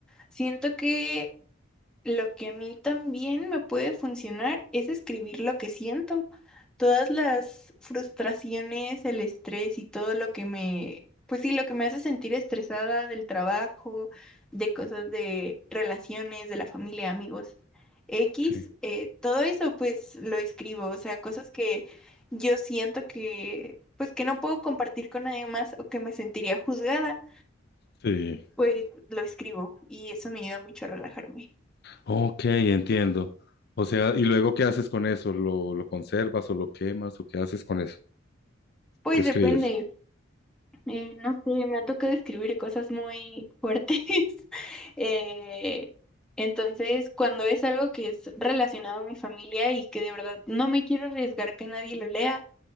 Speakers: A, in the centre; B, on the left.
A: Siento que lo que a mí también me puede funcionar es escribir lo que siento. Todas las frustraciones, el estrés y todo lo que me, pues sí, lo que me hace sentir estresada del trabajo, de cosas de relaciones, de la familia, amigos. X,
B: Sí.
A: eh, todo eso pues lo escribo, o sea, cosas que yo siento que, pues que no puedo compartir con nadie más o que me sentiría juzgada,
B: Sí.
A: pues lo escribo y eso me ayuda mucho a relajarme.
B: Ok, entiendo. O sea, ¿y luego qué haces con eso? ¿Lo, lo conservas o lo quemas o qué haces con eso?
A: Pues
B: ¿Qué escribes?
A: depende. Eh, no sé, me ha tocado escribir cosas muy fuertes. <laughs> Eh, entonces, cuando es algo que es relacionado a mi familia y que de verdad no me quiero arriesgar que nadie lo lea,